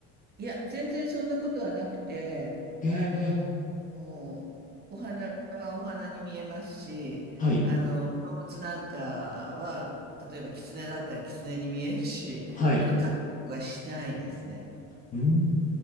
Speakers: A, on the right; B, on the left.
A: いや、全然そんなことはなくて、
B: ええ、
A: あの、お、お花はお花に見えますし、
B: はい、
A: あの、動物なんかは、例えば狐だったら狐に見えるし、
B: はい。
A: あの、描くことはしないですね。
B: うん。